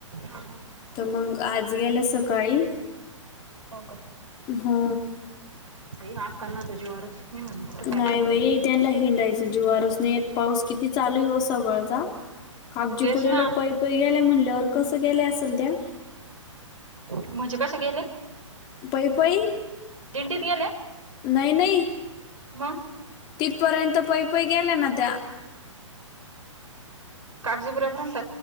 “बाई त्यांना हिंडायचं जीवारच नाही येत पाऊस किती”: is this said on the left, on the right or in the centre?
Left